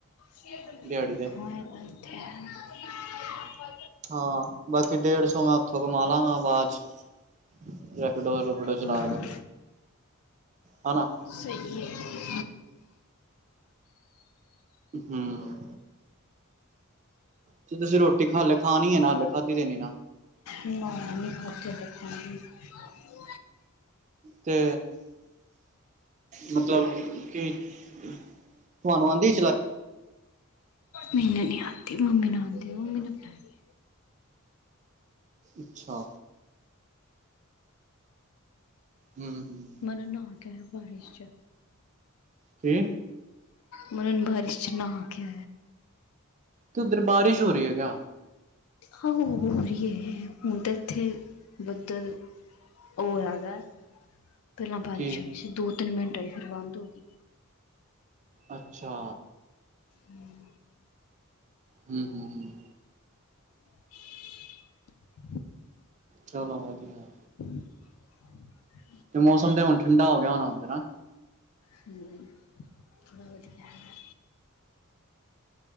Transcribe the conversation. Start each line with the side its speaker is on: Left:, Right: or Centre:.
Left: ਹੋਰ
Right: ਦਿਹਾੜੀ ਤੇ
Left: ਬੱਠੇ ਹ
Right: ਹਾਂ ਬਾਕੀ ਡੇਢ ਸੌ ਮੈਂ ਉੱਥੋਂ ਕਮਾ ਲਾਂਗਾ ਬਾਵਾਦ ਚ ਰੈਪਿਡੋ ਰੂਪੀਡੋ ਚਲਾ
Left: ਹੂੰ
Right: ਕੇ ਹੈ ਨਾ
Left: ਸਹੀ ਹੈ
Right: ਹਮ ਤੇ ਤੁਸੀਂ ਰੋਟੀ ਖਾਲ ਖਾਣੀ ਹੈ ਨਾ ਹੱਲ ਖਾਧੀ ਦੇਣੀ ਨਾ
Left: ਨਾ ਹਾਲੇ ਨੀ ਖਦੀ ਹਾਲੇ ਖਾਣੀ ਹ
Right: ਤੇ ਮਤਲਬ ਕੀ ਤੁਹਾਨੂੰ ਅੰਦੀ
Left: ਮੈਨੂੰ ਨੀ ਯਦ ਅਤੇ ਮੰਮੀ ਨੇ ਆਉਦੀ ਮੰਮੀ ਨੇ ਬਣਾਏ
Right: ਅੱਛਾ ਹਮ ਹਮ
Left: ਮਨਨ ਨਹਾ ਬਾਰਿਸ਼ ਚ
Right: ਕੀ
Left: ਮਨਨ ਭਰੀਸ਼ ਨਹਾ ਕੇ
Right: ਤੇ ਉੱਧਰ ਬਾਰਿਸ਼ ਹੋ ਰਹੀ ਹੈ ਕਿਆ
Left: ਹਾਂ ਹੋ ਰਹੀ ਹੈ ਹੁਣ ਤਾਂ ਇੱਥੇ ਬੱਦਲ ਉਹ ਹੈਗਾ ਪਹਿਲਾਂ ਬਾਰਿਸ਼
Right: ਕੀ
Left: ਆਈ ਸੀ ਦੋ ਤਿੰਨ ਘਿੰਟ ਆਈ ਫਿਰ ਬੰਦ ਹੋ ਗਈ
Right: ਅੱਛਾ
Left: ਹਮ
Right: ਹਮ ਹਮ ਹਮ
Left: <inaudible>
Right: ਚਲੋ ਵਧੀਆ
Left: <inaudible>
Right: ਤੇ ਮੌਸਮ ਤੇ ਹੁਣ ਠੰਡਾ ਹੋ ਗਿਆ ਹੋੁਣਾ ਉੱਧਰ ਆ
Left: ਹਮ ਬਹੁਤ ਗਿਆ ਹੈ